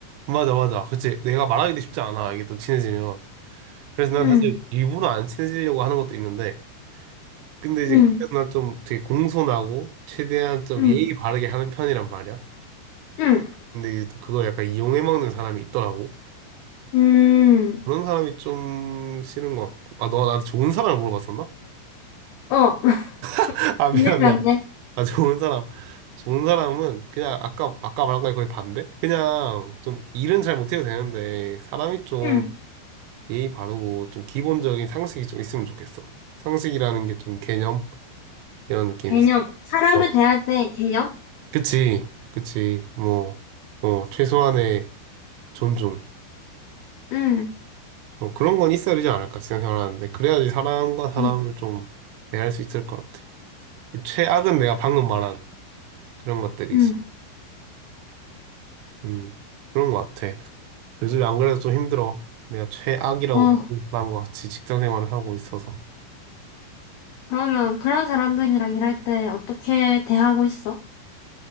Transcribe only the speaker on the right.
맞아, 맞아. 그치. 내가 말하기도 쉽지 않아. 이게 또 친해지면. 그래서 난
사실 일부러 안 친해지려고 하는 것도 있는데. 근데 이제
그래서 난 좀 되게 공손하고 최대한 좀
예의 바르게 하는 편이란 말이야.
근데 이제 또 그걸 약간 이용해 먹는 사람이 있더라고.
그런 사람이 좀 싫은 것 같고. 아, 너가 나한테 좋은 사람을 물어봤었나?
<laughs> 아,
미안,
미안. 아, 좋은 사람. 좋은 사람은 그냥 아까 아까 말한 거에 거의 반대? 그냥 좀 일은 잘 못해도 되는데 사람이 좀
예의 바르고 좀 기본적인 상식이 좀 있으면 좋겠어. 상식이라는 게 좀 개념 이런 느낌이지.
어.
그치, 그치. 뭐, 뭐 최소한의 존중이라든지
뭐 그런 건 있어야 되지 않을까 생각을 하는데 그래야지 사람과 사람을
좀 대할 수 있을 것 같아. 최악은 내가 방금 말한 그런 것들이지.
음, 그런 것 같아. 요즘에 안 그래도 좀 힘들어. 내가 최악이라고
보는 사람과 같이 직장 생활을 하고 있어서.